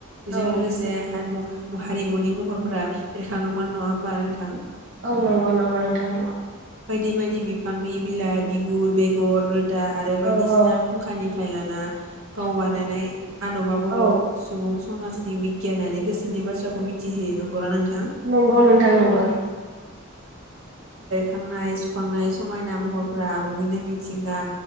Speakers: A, on the right; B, on the right.
A: बेजों
B: औ
A: लोगोसे हायम हारिमुनि महरफोरा बेरखाङोमोन नङा होमबा नोंथां
B: औ नंगौ नंगौ नोंथां औ
A: बायदि बायदि बिफांनि बिलाइ बि गुर बेगर रोदा आरो बायदिसिना
B: औ औ
A: फुंखानिफ्राय लाना गाव बानायनाय आदबा बर
B: औ
A: सुबुं समाजनि बिगियानारि गोसोनि बाथ्रा खौ मिथि होयो नंगौ नोथा
B: नंगौ नोंथां नंगौ ।
A: थांनाय सुखांनाय समायना महरफोरा आबुङैनो मि थिंगा